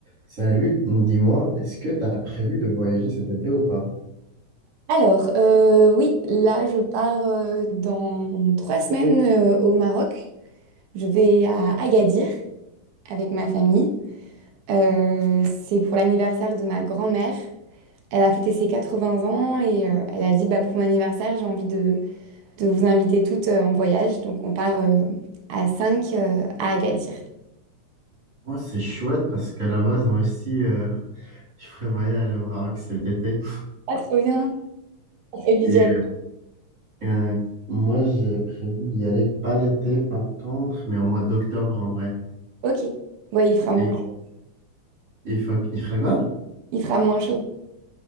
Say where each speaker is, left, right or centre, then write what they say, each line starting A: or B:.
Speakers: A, on the right; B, on the right.
A: Salut, dis-moi, est-ce que tu as prévu de voyager cet été ou pas?
B: Alors, euh, oui, là, je pars euh, dans trois semaines euh, au Maroc. Je vais à Agadir avec ma famille. Euh, c'est pour l'anniversaire de ma grand-mère. Elle a fêté ses 80 ans et euh, elle a dit, bah, pour mon anniversaire, j'ai envie de, de vous inviter toutes euh, en voyage. Donc, on part euh, à 5 euh, à Agadir.
A: Moi, c'est chouette parce qu'à la base, moi aussi, euh, je prévoyais aller au Maroc cet été.
B: Ah, trop bien. On fait viser
A: Et
B: à
A: euh, moi, j'ai prévu d'y aller pas l'été, par contre, mais au mois d'octobre en vrai.
B: Ok. Ouais, il fera moins
A: Et
B: chaud.
A: il faut, il fera quoi?
B: Il fera moins chaud.